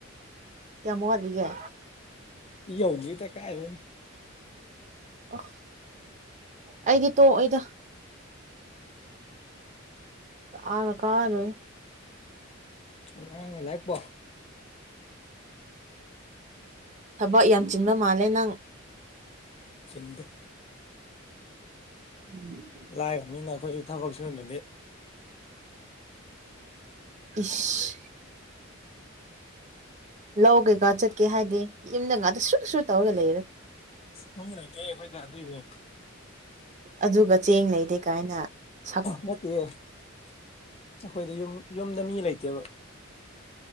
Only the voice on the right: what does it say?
ꯀꯌꯥꯝ ꯃ꯭ꯋꯥꯠꯂꯤꯒꯦ
ꯑꯣ ꯑꯩꯗꯤ ꯇꯣꯛꯑꯣꯏꯗ ꯑ꯭ꯔꯒ ꯀꯥꯔꯣꯏꯌꯦ
ꯊꯕꯛ ꯌꯥꯝ ꯆꯤꯟꯕ ꯃꯥꯜꯂꯦ ꯅꯪ
ꯎꯝ
ꯏꯁ ꯂꯧ ꯀꯩꯀꯥ ꯆꯠꯀꯦ ꯍꯥꯏꯗꯤ ꯌꯨꯝꯗ ꯉꯥꯛꯇ ꯁꯨꯔꯨ ꯁꯨꫪꯨ ꯇꯧꯔꯒ ꯂꯩꯔꯦ
ꯑꯗꯨꯒ ꯆꯦꯡ ꯂꯩꯗꯦ ꯀꯥꯏꯅ ꯁꯛ